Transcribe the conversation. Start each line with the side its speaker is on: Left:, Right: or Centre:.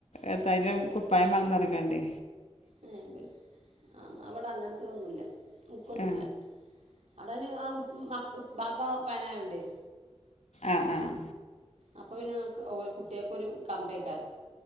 Left: എത്തായിന് കുപ്പായം മാണന്നറിഞ്കാണ്ടെ
Right: ഏഹ് ബെൽ ആ ന്നാ ഇബടെ അങ്ങൻത്തൊതുന്നൂല്ല ഊക്കൊന്നുല്ല
Left: ആ
Right: അവിടയ്ന് ആ കുൺ മാ ബ് ബാപ്പ ഫാനായോണ്ടെ
Left: ആഹ് അഹ്
Right: അപ്പ പിന്നെ ക്ക് ഓൽ കുട്ട്യേക്കൊരു കമ്പേക്കാരം